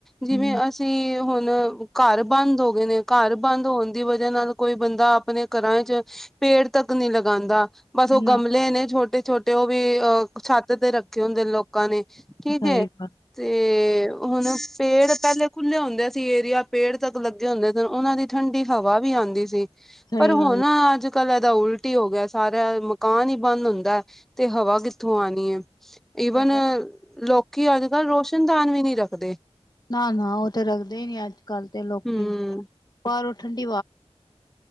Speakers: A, in the centre; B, on the left.
A: ਜਿਵੇਂ
B: ਹੂੰ,
A: ਅਸੀਂ ਹੁਣ । ਘਰ ਬੰਦ ਹੋ ਗਏ ਨੇ । ਘਰ ਬੰਦ ਹੋਣ ਦੀ ਵਜ੍ਹਾ ਨਾਲ ਕੋਈ ਬੰਦਾ ਆਪਣੇ ਘਰਾਂ ਚ । ਪੇੜ ਤੱਕ ਨਹੀਂ ਲਗਾਉਂਦਾ । ਬਸ ਉਹ
B: ਨਾ
A: ਗਮਲੇ ਨੇ ਛੋਟੇ ਛੋਟੇ। ਉਹ ਵੀ ਅ ਛੱਤ ਤੇ ਰੱਖੇ ਹੁੰਦੇ ਨੇ ਲੋਕਾਂ ਨੇ । ਠੀਕ
B: ਸਹੀ
A: ਹੈ
B: ਗੱਲ
A: ਤੇ ਹੁਣ ਪੇੜ ਪਹਿਲੇ ਖੁੱਲ੍ਹੇ ਹੁੰਦੇ ਸੀ ਏਰੀਆ । ਪੇੜ ਤੱਕ ਲੱਗੇ ਹੁੰਦੇ ਤੇ ਉਹਨਾਂ ਦੀ ਠੰਡੀ ਹਵਾ ਵੀ ਆਉਂਦੀ ਸੀ।
B: ਸਹੀ
A: ਪਰ
B: ਗੱਲ
A: ਹੁਣ ਅੱਜ। ਕ ਇਹਦਾ ਉਲਟ ਹੀ ਹੋ ਗਿਆ ਸਾਰਾ। ਮਕਾਨ ਹੀ ਬੰਦ ਹੁੰਦਾ ਤੇ ਹਵਾ ਕਿੱਥੋਂ ਆਉਣੀ ਹੈ?
B: ਸਾਡਾ
A: ਈਵਨ ਲੋਕੀ ਅੱਜ ਕੱਲ੍ਹ ਰੋਸ਼ਨ ਦਾਨ ਵੀ ਨਹੀ ਰੱਖਦੇ ।
B: ਨਾ ਨਾ ਉਹ ਤੇ ਰੱਖਦੇ ਹੀ ਨੀ ਅੱਜ ਕੱਲ ਤੇ ਲੋਕੀ
A: ਹਮ
B: ਪਰ ਠੰ । <inaudible>